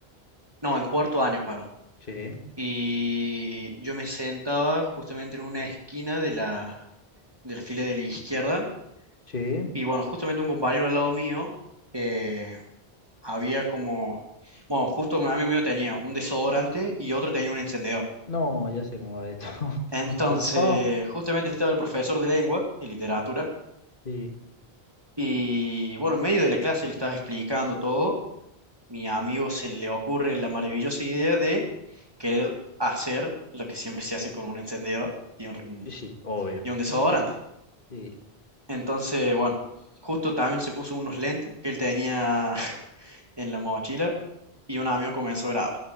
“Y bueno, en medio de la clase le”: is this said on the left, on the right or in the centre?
Right